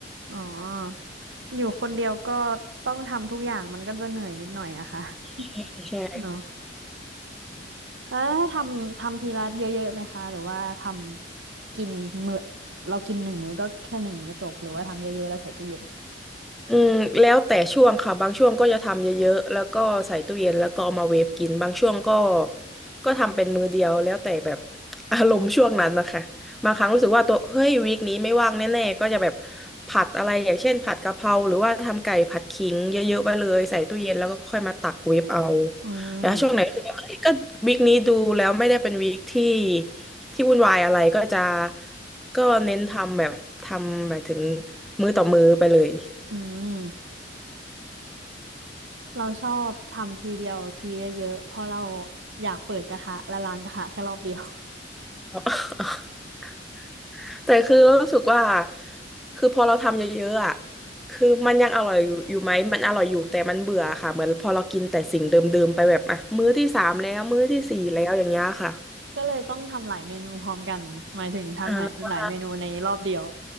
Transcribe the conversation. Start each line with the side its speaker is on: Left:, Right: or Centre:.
Right: อ๋ออยู่คนเดียวก็ต้องทำทุกอย่างมันก็จะเหนื่อยนิดหน่อยอะค่ะ <laughs>
Centre: ใช่ใช่
Right: เนาะแล้วถ้าทำทำทีละเยอะๆไหมคะหรือว่าทำกินมื้อเรากินหนึ่งมื้อก็แค่หนึ่งมื้อจบหรือว่าทำเยอะๆแล้วใส่ตู้เย็น
Centre: อืมแล้วแต่ช่วงค่ะบางช่วงก็จะทำเยอะๆแล้วก็ใส่ตู้เย็นแล้วก็เอามาเวฟกินบางช่วงก็ก็ทำเป็นมื้อเดียวแล้วแต่แบบ <laughs> อารมณ์ช่วงนั้นนะคะบางครั้งรู้สึกว่าตัวเฮ้ยวีคนี้ไม่ว่างแน่ๆก็จะแบบผัดอะไรอย่างเช่นผัดกะเพราหรือว่าทำไก่ผัดขิงเยอะๆไปเลยใส่ตู้เย็นแล้วก็ค่อยมาตักเวฟเอา
Right: อืม
Centre: แล้วช่วงไหนรู้สึกว่าเอ้ยก็วีคนี้ดูแล้วไม่ได้เป็นวีคที่ที่วุ่นวายอะไรก็จะก็เน้นทำแบบทำหมายถึงมื้อต่อมื้อไปเลย
Right: อืมเราชอบทำทีเดียวทีเยอะๆเพราะเราอยากเปิดกระทะและล้างกระทะแค่รอบเดียว
Centre: <laughs> แต่คือรู้สึกว่าคือพอเราทำเยอะๆอ่ะคือมันยังอร่อยอยู่อยู่ไหมมันอร่อยอยู่แต่มันเบื่อค่ะเหมือนพอเรากินแต่สิ่งเดิมๆไปแบบอ่ะมื้อที่สามแล้วมื้อที่สี่แล้วอย่างเงี้ยค่ะ
Right: ก็เลยต้องทำหลายเมนูพร้อมกันหมายถึงทำหลายหลายเมนูในรอบเดียว
Centre: อ่า